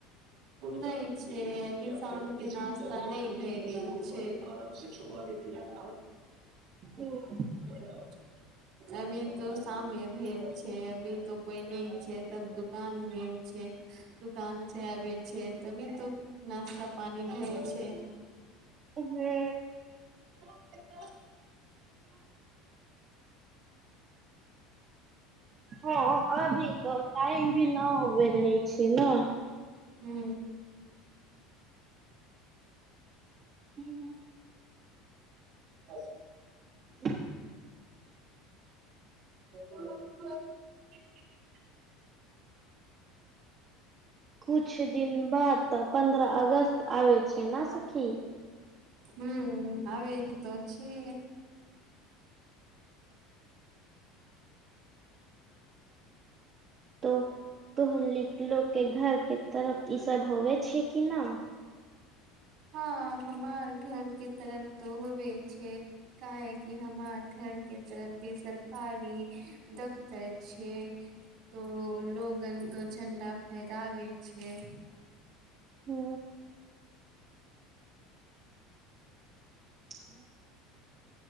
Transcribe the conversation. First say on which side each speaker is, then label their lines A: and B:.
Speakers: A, on the right (about 60°); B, on the right (about 40°).
A: नय छै अभी शाम के नास्ता नै भए गेल छै आराम से सोभा देती है
B: ओ <unintelligible>
A: <inaudible> अभी तो शामे भेल छै अभी तो कोई नहि छै सब दुकान गेल छै दुकान से आबे छै तभी तो नाश्ता पानी भेल छै
B: उहे
A: आ <inaudible> एक तऽ <unintelligible>
B: हँ अभी तो टाइम भी न होवे रहे छै न
A: हू
B: ह <inaudible>
A: हच <unintelligible>
B: <inaudible>
A: ब <unintelligible>
B: कुछ दिन बाद तऽ पन्द्रह अगस्त आबे छै ने सखी
A: हू आबे त छियै
B: तो तो लोक के घर के तरफ ई सब होवे छै कि न
A: हँ हमार घर के तरफ तो होबे छै काहे कि हमार घर के तरफ भी सरकारी दफ्तर छै तो लोगन त झंडा फेहरावे छै
B: हू ह <inaudible>